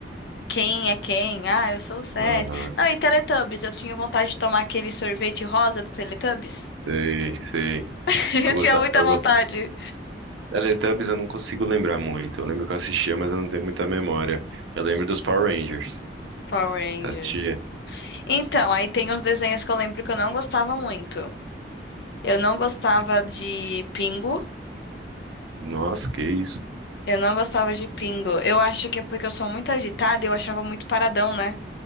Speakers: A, on the left (about 60°); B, on the right (about 80°).
A: quem é quem? Ah, eu sou o Seth.
B: Aham.
A: Não, e Teletubbies. Eu tinha vontade de tomar aquele sorvete rosa do Teletubbies.
B: Sei, sei.
A: <laughs> Eu
B: Eu
A: tinha
B: gostava,
A: muita
B: eu
A: vontade.
B: gostava. Teletubbies eu não consigo lembrar muito. Eu lembro que eu assistia, mas eu não tenho muita memória. Eu lembro dos Power Rangers.
A: Power Rangers.
B: Você assistia?
A: Então, aí tem uns desenhos que eu lembro que eu não gostava muito. Eu não gostava de Pingo.
B: Nossa, que isso?
A: Eu não gostava de Pingo. Eu acho que é porque eu sou muito agitada e eu achava muito paradão, né?